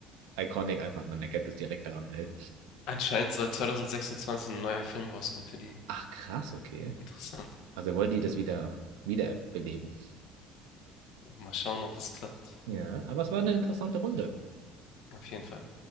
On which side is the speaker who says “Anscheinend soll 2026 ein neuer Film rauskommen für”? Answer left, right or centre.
Left